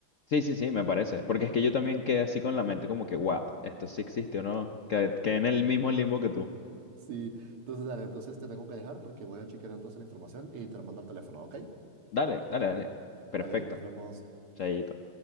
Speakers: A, on the left (about 60°); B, on the right (about 85°).
A: Sí, sí, sí, me parece. Porque es que yo también quedé así con la mente como que, what, esto sí existe o no. Que- Quedé, en el mismo limbo que tú.
B: Sí. Entonces, dale, entonces te tengo que dejar porque voy a chequear entonces la información y te lo mando al teléfono, ¿ok?
A: Dale, dale, dale. Perfecto.
B: Dale, nos vemos.
A: Chaito.